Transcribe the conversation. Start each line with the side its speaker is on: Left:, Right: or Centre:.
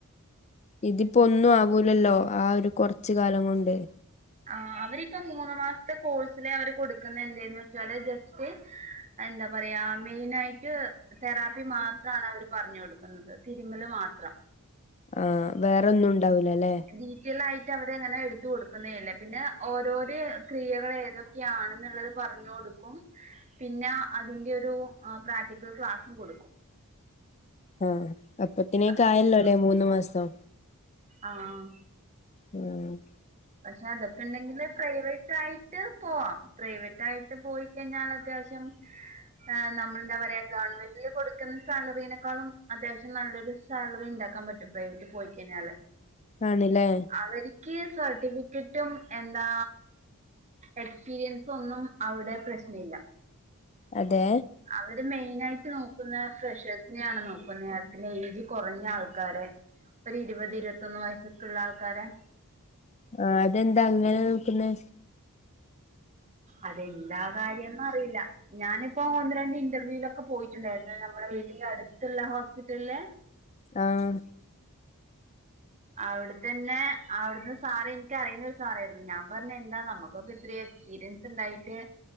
Left: ഇതിപ്പോ ഒന്നും ആവൂലല്ലോ ആ ഒരു കൊറച്ച് കാലം കൊണ്ട്.
Right: ആഹ് അവരിപ്പ മൂന്ന് മാസത്തെ കോഴ്സില് അവര് കൊടുക്കുന്ന എന്തേന്ന് വെച്ചാല് ജസ്റ്റ് എന്താ പറയാ മെയിനായിട്ട് തെറാപ്പി മാത്രാണ് അവര് പറഞ്ഞു കൊടുക്കുന്നത് തിരുമല് മാത്രം
Left: ആഹ് വേറൊന്നും ഉണ്ടാവൂലല്ലേ
Right: ഡീറ്റൈൽ ആയിട്ട് അവരങ്ങനെ എടുത്ത കൊടുക്കുന്നേ അല്ലേ പിന്നെ ഓരോര ക്രിയകൾ ഏതൊ ക്കെയാണെന്നുള്ളത് പറഞ്ഞു കൊടുക്കും പിന്നെ അതിന്റെ ഒരു ആഹ് പ്രാക്ടിക്കൽ ക്ലാസും കൊടുക്കും
Left: ആഹ് അപ്പൊത്തിനേക്കു
Right: അത്രേ
Left: ആയല്ലോ
Right: ഉള്ളൂ
Left: ല്ലേ മൂന്ന് മാസം
Right: ആഹ്
Left: ഉം ഹ്
Right: പക്ഷെ അതൊക്കെ ണ്ടെങ്കിലെ പ്രൈവ റ്റായിട്ട് പോവാം. പ്രൈവറ്റായിട്ട് പോയി കഴിഞ്ഞാൽ അത്യാവശ്യം ആഹ് നമ്മളെന്താ പറയാ ഗവൺമെന്റിൽ കൊടുക്കുന്ന സാലറിനെക്കാളും അത്യാവശ്യം നല്ലൊരു സാലറി ഇണ്ടാക്കാൻ പറ്റും. പ്രൈവറ്റിൽ പോയി കഴിഞ്ഞാല്.
Left: ആണ് ല്ലേ
Right: അവര്ക്കി സർട്ടിഫിക്കറ്റും എന്താ എക്സ്പീരിയൻസ് ഒന്നും അവിടെ പ്രശ്നില്ല.
Left: അതെ
Right: അവര് മെയിൻ ആയിട്ട് നോക്കുന്നത് ഫ്രഷേഴ്സിനെയാണ് നോക്കുന്നത്ത്. പിന്നെ ഏയ്ജ് കൊറഞ്ഞ ആൾക്കാരെ ഒരു ഇരുപത് ഇരുവത്തൊന്ന് വയസ്സക്കുള്ള ആൾക്കാരെ
Left: ആഹ് അതെന്താ അങ്ങനെ നോക്കുന്നെ
Right: അതെന്താ കാര്യംന്ന് അറിയില്ല. ഞാനിപ്പോ ഒന്ന് രണ്ട് ഇൻ ന്റർവ്യൂലൊക്കെ പോയിട്ടുണ്ടായിരുന്നു. നമ്മുടെ വീട്ടിന്റെ അടുത്തുള്ള ഹോസ്പിറ്റലിലെ
Left: ആഹ്
Right: അവിടെത്തന്നെ അവിടുന്ന് സാറ് എനിക്ക് അറിയുന്നൊരു സാറായിരുന്നു ഞാൻ പറഞ്ഞ് എന്താ നമ്മുക്കൊക്കെ ഇത്തിരി എക്സ്പീരിയൻസ് സ്ൻ്റായിട്ട്